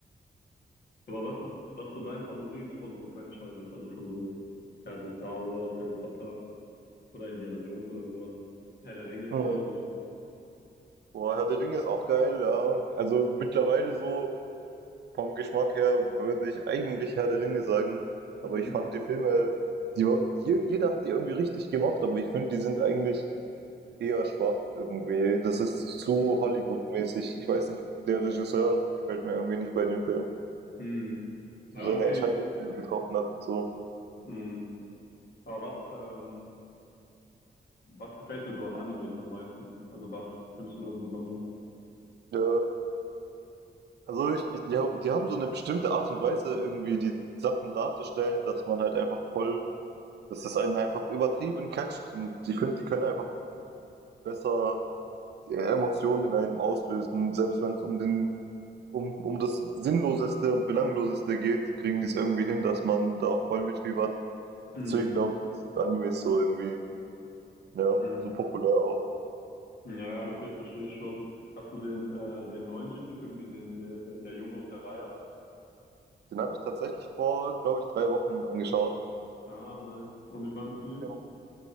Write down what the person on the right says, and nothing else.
Mhm.
Boah, Herr der Ringe ist auch geil, ja. Also mittlerweile so vom Geschmack her würde ich eigentlich Herr der Ringe sagen. Aber
ich fand die Filme, die, war- je- jeder hat die irgendwie richtig gemacht, aber ich finde, die sind eigentlich eher schwach irgendwie. Das ist zu
Hollywood-mäßig. Ich weiß nicht, der Regisseur gefällt mir irgendwie nicht bei dem Film.
So seine
Entscheidungen, die er getroffen hat und so.
Ja, also ich, ich, die, haben- die haben so eine bestimmte Art und Weise, irgendwie die Sachen darzustellen, dass man halt einfach voll, dass das einen einfach übertrieben catcht. Und ich finde, die können einfach besser die Emotionen in einem auslösen, selbst wenn es um den um, um das Sinnloseste und Belangloseste geht, kriegen die es irgendwie hin, dass man da voll mitfiebert.
Deswegen glaube ich, sind Animes so irgendwie, ja,
so populär auch.
Den habe ich tatsächlich vor, glaube ich, drei Wochen angeschaut.
Jo.